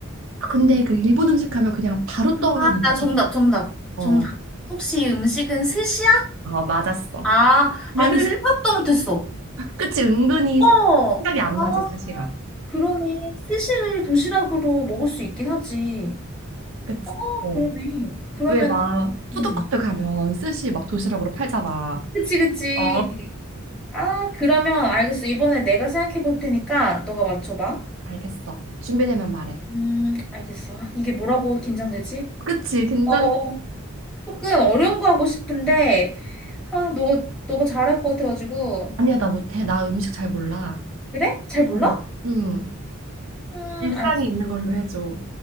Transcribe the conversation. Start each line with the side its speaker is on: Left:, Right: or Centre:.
Right: 아, 근데 그 일본 음식 하면 그냥 바로 떠오르는
Centre: 아, 나
Right: 음식.
Centre: 정답, 정답,
Right: 어,
Centre: 정답. 혹시 이 음식은 스시야?
Right: 어, 맞았어.
Centre: 아,
Right: <laughs>
Centre: 아니, 생각도 못했어.
Right: 그치, 은근히
Centre: 어,
Right: 세- 생각이
Centre: 아,
Right: 안 나지, 스시가.
Centre: 그러네. 스시를 도시락으로 먹을 수 있긴 하지.
Right: 그치?
Centre: 어,
Right: 어.
Centre: 그러네. 그러면,
Right: 왜 막, 푸드코트
Centre: 음,
Right: 가면 스시 막 도시락으로 팔잖아.
Centre: 그치, 그치.
Right: 어.
Centre: 아, 그러면 알겠어. 이번에 내가 생각해 볼 테니까 너가 맞춰봐.
Right: 알겠어. 준비되면 말해.
Centre: 음, 알겠어. 아, 이게 뭐라고 긴장되지?
Right: 그치, 긴장.
Centre: 어, 어. 조금 어려운 거 하고 싶은데, 아, 너가, 너가 잘할 것 같아가지고.
Right: 아니야, 나 못해. 나 음식 잘 몰라.
Centre: 그래? 잘 몰라?
Right: 어, 음,
Centre: 음,
Right: 일상에
Centre: 알았어.
Right: 있는 걸로 해줘.